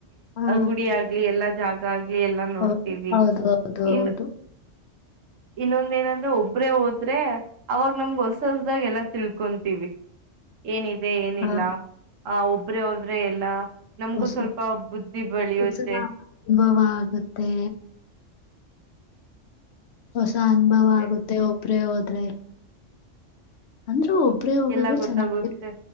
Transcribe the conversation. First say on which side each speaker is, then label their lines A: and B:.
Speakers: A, on the left; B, on the right.
A: ಹಾ
B: ಗುಡಿ ಆಗ್ಲಿ ಎಲ್ಲಾ ಜಾಗ ಆಗ್ಲಿ ಎಲ್ಲಾ ನೋಡ್ತೀವಿ
A: ಹೌದು ಹೌದು ಹೌದು ಹೌದು
B: ಇನ್ ಇನ್ನೊಂದ ಏನಂದ್ರೆ ಒಬ್ರೆ ಹೋದ್ರೆ ಅವಾಗ ನಮ್ಗ ಹೊಸ ಹೊಸ್ದಾಗ ಎಲ್ಲ ತಿಳ್ಕೊಂತೀವಿ ಏನಿದೆ ಏನಿಲ್ಲ
A: ಹಾ
B: ಆ ಒಬ್ರೆ ಒಬ್ರೆ ಎಲ್ಲಾ ನಮ್ಗೂ
A: ಹೊಸ
B: ಸ್ವಲ್ಪ ಬುದ್ಧಿ ಬೆಳಿಯುತ್ತೆ
A: ಹೊಸ ಅನುಭವ ಆಗುತ್ತೆ ಹೊಸ ಅನುಭವ
B: ಮತ್ತೆ
A: ಆಗುತ್ತೆ ಒಬ್ರೇ ಹೋದ್ರೆ ಅಂದ್ರೆ ಒಬ್ರೇ ಹೋಗೋದು
B: ಎಲ್ಲಾ ಗೊತ್ತಾಗುತ್ತೆ
A: ಚೆನ್ನಾಗಿರ